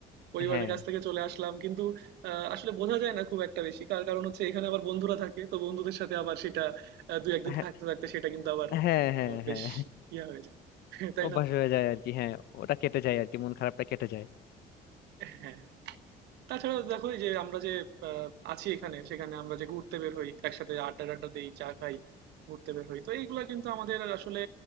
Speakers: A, on the right; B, on the left.
A: পরিবারের
B: হ্যাঁ
A: কাছ থেকে চলে আসলাম কিন্তু আহ, আসলে বোঝা যায় না খুব একটা বেশি কার কারণ হচ্ছে এখানে আবার বন্ধুরা থাকে তো বন্ধুদের সাথে আবার সেটা আহ, দু একদিন
B: হ্যাঁ
A: থাকতে থাকতে সেটা কিন্তু আবার
B: হ্যাঁ হ্যাঁ
A: আহ, বেশ
B: হ্যাঁ।
A: ইয়া হয়ে যায় <laughs> তাই
B: অভ্যাস
A: না
B: হয়ে যায় আর কি হ্যাঁ ওটা কেটে যায় আর কি মন খারাপটা কেটে যায়
A: হ্যাঁ তাছাড়া দেখো এই যে আমরা যে আহ, আছি এখানে সেখানে আমরা যে ঘুরতে বের হই একসাথে আড্ডা টাড্ডা দিই চা খাই ঘুরতে বের হই তো এইগুলা কিন্তু আমাদের আসলে